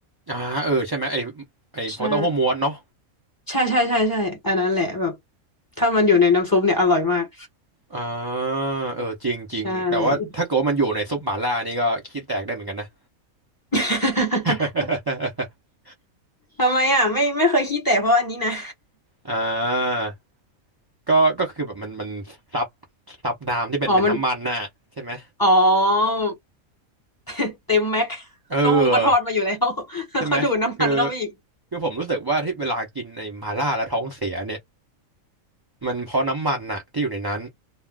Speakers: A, on the right; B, on the left.
A: อ่าเออใช่ไหมไอไอฟองเต้าหู้ม้วนเนาะ
B: ใช่ใช่ใช่ใช่ใช่อันนั้นแหละแบบถ้ามันอยู่ในน้ำซุปเนี่ยอร่อยมาก
A: อ่าเออจริงจริงแต่ว่าถ้าเกิดว่ามันอยู่ในซุปหม่าล่านี่ก็ขี้แตกได้เหมือนกันนะ
B: ใช่ <laughs>
A: <laughs>
B: ทำไมอ่ะไม่ไม่เคยขี้แตกเพราะอันนี้นะ
A: อ่าก็ก็คือแบบมันมันซับซับน้ำที่เป็นเป็นน้ำมันน่ะใช่ไหม
B: อ๋อมันอ๋อ <laughs> เต็มแม็ก
A: เออ
B: เต้าหู้ก็ทอดมาอยู่แล้วแล้วก็ดูดน้ำมันเข้าไปอีก
A: ใช่ไหมคือคือผมรู้สึกว่าที่เวลากินไอ้หม่าล่าแล้วท้องเสียเนี่ย มันเพราะน้ำมันน่ะที่อยู่ในนั้น